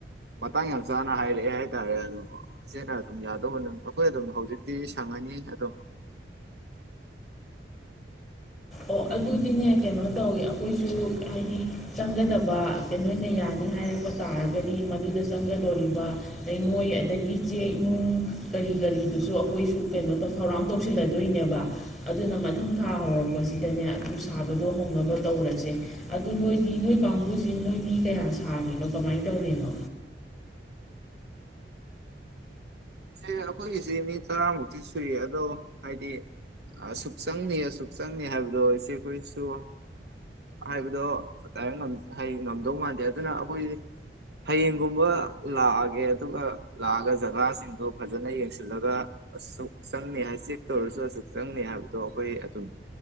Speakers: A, on the right; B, in the centre.
A: ꯃꯇꯥꯡ ꯌꯥꯝ ꯆꯥꯅ ꯍꯥꯏꯔꯛꯑꯦ ꯍꯥꯏꯇꯥꯔꯦ ꯑꯗꯣ ꯏꯆꯦꯅ ꯑꯗꯨꯝ ꯌꯥꯗꯧꯕ ꯑꯗꯨꯝ ꯑꯩꯈꯣꯏ ꯑꯗꯨꯝ ꯍꯧꯖꯤꯛꯇꯤ ꯁꯪꯉꯅꯤ ꯑꯗꯨꯝ
B: ꯑꯣ ꯑꯗꯨꯗꯤꯅꯦ ꯀꯩꯅꯣ ꯇꯧꯏ ꯑꯩꯈꯣꯏꯁꯨ ꯍꯥꯏꯗꯤ ꯆꯪꯒꯗꯕꯈꯩ ꯅꯣꯏꯅ ꯌꯥꯅꯤ ꯍꯥꯏꯔꯛꯄ ꯇꯥꯔꯒꯗꯤ ꯃꯗꯨꯗ ꯆꯪꯒꯗꯧꯔꯤꯕ ꯂꯩꯉꯣꯏ ꯑꯗꯒꯤ ꯆꯦꯛ ꯅꯨꯡ ꯀꯔꯤ ꯀꯔꯤꯗꯨꯁꯨ ꯑꯩꯈꯣꯏꯁꯨ ꯀꯩꯅꯣ ꯊꯧꯔꯥꯡ ꯇꯧꯁꯤꯜꯂꯗꯣꯏꯅꯦꯕ ꯑꯗꯨꯅ ꯃꯊꯪ ꯊꯥ ꯍꯧꯔꯛꯄ ꯁꯤꯗꯅꯦ ꯑꯗꯨ ꯁꯥꯕꯗꯣ ꯍꯧꯅꯕ ꯇꯧꯔꯁꯦ ꯑꯗꯨ ꯅꯣꯏꯗꯤ ꯅꯣꯏ ꯀꯥꯡꯕꯨꯁꯤ ꯅꯣꯏ ꯃꯤ ꯀꯌꯥ ꯁꯥꯔꯤꯅꯣ ꯀꯃꯥꯏꯅ ꯇꯧꯔꯤꯅꯣ
A: ꯏꯆꯦ ꯑꯩꯈꯣꯏꯒꯤꯁꯤ ꯃꯤ ꯇꯔꯥꯃꯨꯛꯇꯤ ꯁꯨꯏꯌꯦ ꯑꯗꯣ ꯍꯥꯏꯗꯤ ꯑꯁꯨꯛ ꯆꯪꯅꯤ ꯑꯁꯨꯛ ꯆꯪꯅꯤ ꯍꯥꯏꯕꯗꯣ ꯏꯆꯦ ꯑꯩꯈꯣꯏꯁꯨ ꯍꯥꯏꯕꯗꯣ ꯗꯥꯏꯔꯦꯛ ꯉꯝꯗꯧ ꯃꯥꯟꯗꯦ ꯑꯗꯨꯅ ꯑꯩꯈꯣꯏ ꯍꯌꯦꯡꯒꯨꯝꯕ ꯂꯥꯛꯑꯒꯦ ꯑꯗꯨꯒ ꯂꯥꯛꯑꯒ ꯖꯒꯥꯁꯤꯡ ꯑꯗꯣ ꯐꯖꯅ ꯌꯦꯡꯁꯤꯜꯂꯒ ꯑꯁꯨꯛ ꯆꯪꯅꯤ ꯍꯥꯏ ꯆꯦꯛ ꯇꯧꯔꯁꯨ ꯑꯁꯨꯛ ꯆꯪꯅꯤ ꯍꯥꯏꯕꯗꯣ ꯑꯩꯈꯣꯏ ꯑꯗꯨꯝ